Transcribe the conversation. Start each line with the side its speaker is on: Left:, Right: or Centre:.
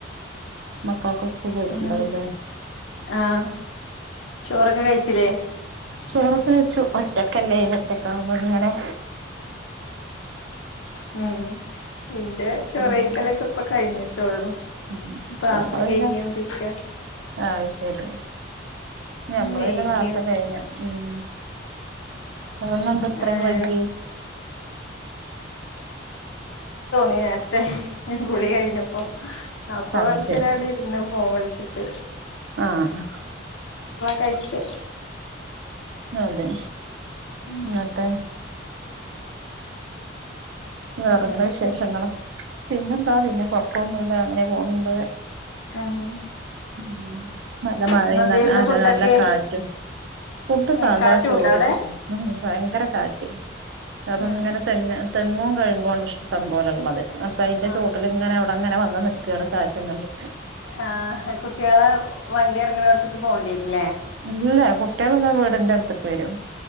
Right: മ് കളൊക്കെ സ്കൂള്പോയിട്ടുണ്ടാവ്
Left: പിന്നെന്തൊ
Right: ല്ലേ
Left: ആഹ് ചോറൊക്കെ കഴിച്ചിലേ
Right: ചോറോക്കെ വെച്ചു ഒറ്റക്കല്ലേ ഒറ്റക്കാവുമ്പൊ ഇങ്ങനെ
Left: ഉം ഇന്റെ ചൊറ്
Right: പിന്നെ
Left: കഴിക്കലൊക്കെ ഇപ്പൊ കഴിഞ്ഞിട്ടെള്ളൂ
Right: ഉം
Left: പാത്രം
Right: ഞമ്മള്
Left: കഴകിയൊണ്ടിരിക്ക
Right: പിന്നെ അത് ശരി ഞമ്മള്
Left: ഇന്ന് വേകിയൊ
Right: പിന്നെ നേർത്തെ കഴിഞ്ഞു ഉം ഇന്ന് എന്താ ഇത്രയും
Left: ഏഹ്
Right: വൈകിയേ
Left: നേര്ത്തെ കുളികഴിഞ്ഞപ്പൊ അപ്പൊ
Right: അത്
Left: കൊറച്ചേരവിടെ
Right: ശരി
Left: ഇരുന്നു ഫോവിളിച്ചു ഇട്ട്
Right: ആഹ്
Left: കഴിച്ചെ
Right: അതെ ഇന്നട്
Left: ഉം
Right: ഇന്നട്ട് വേറെന്താ
Left: പിന്നെ എന്തൊക്കെ
Right: വിശേഷങ്ങള് പിന്നെന്താ പിന്നെ കൊറപ്പൊന്നൂല്ല അങ്ങനെ പോണ് ഇണ്ട്
Left: ആഹ്
Right: ഉം നല്ല മഴ
Left: ഇന്നെന്തേര്ന്നു
Right: ന നല്ല
Left: ഫുഡൊക്കെ
Right: നല്ല കാറ്റും ഫുഡ്ഡ് സാധാ
Left: ഏഹ് കാറ്റുണ്ടോ
Right: ചോറ്
Left: അവിടെ?
Right: ഭയങ്കര കാറ്റ് അപ്പൊ
Left: ഉം
Right: ഇങ്ങനെ തന്നെ തെങ്ങും കഴുങ്ങ്വാണ് ഇഷ്ടം പോലെള്ളത് അപ്പൊ അയ്ന്റെ
Left: ആഹ്
Right: ചോട്ടില് ഇങ്ങനെ ഔടെ ഇങ്ങനെ വന്ന് നിക് ക്കാണ് കാറ്റും കണ്ട്
Left: ആഹ് കുട് ട്ട്യാളെ വണ്ടി എർങ്ണോട്ത്ക്ക് റങ്ങുന്ന ഇടത്തേക്ക് പോണ്ടിയെരും ല്ലേ
Right: അല്ല കുട്ട്യേള്ന്നാ വ്ടന്റെ അട്ത്ക്ക് വരും